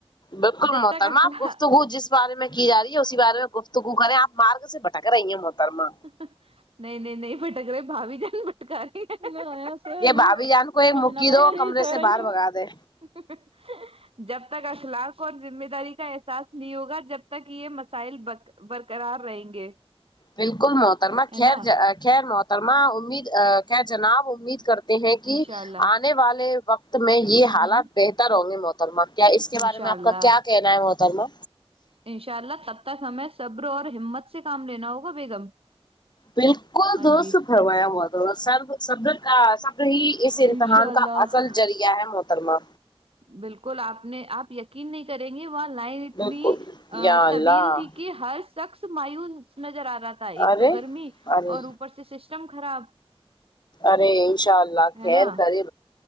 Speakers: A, on the left; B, on the right.
A: بالکل
B: جب
A: محترما
B: تک اخلاق
A: آپ گفتگو جس بارے میں کی جا رہی ہے اسیار میں گفتگو کریں آپ مارگ سے بٹک رہی ہیں محترما
B: نہیں نہیں نہیں پٹک رہے بابھی جان پٹک س س رہوں
A: یہ بھابھی جان کو ایک
B: ک
A: مکی دو کمرے
B: سو
A: سے باہر بھگا دے
B: <unintelligible> جب تک اخلاق اور زمینداری کا ایسا سالف نہیں ہوگا جب تک یہ مسائل برقرار رہیں گے
A: بالکل محترما
B: ہے
A: خیر
B: نا
A: خیر محترما امید خیر جناب امید کر ہیں کہ
B: انشاء اللہ
A: آنے والے وقت میں یہ
B: ہوں
A: حالات
B: ہوں
A: بہتر ہوں گے م محترما کیا اس کے
B: انشاء
A: بارے میں
B: اللہ
A: آپ کا کیا کہنا ہے محترما
B: انشاء اللہ تب تک ہمیں صبر اور ہمت سے کام لینا ہوگا بیگم
A: بالکل
B: ہاں
A: درست
B: جی
A: فرمایا محترمہ سر صبر کا ایسا پ ہی اس امتحان
B: انشاء اللہ
A: کا اصل ذریعہ ہے محترمہ
B: بالکل آپ نے آپ یہ نہیں کریں گے وہاں لائن اتنی
A: بالکل یا اللہ
B: طبیل تھی کہ ہر سخص مایوس نظر آ رہا تھا ایک
A: ارے
B: تو گرمی
A: ارے
B: اور اوپر سے سسٹم خراب
A: ارے انشاء اللہ
B: ہے
A: خیر
B: نا
A: کرے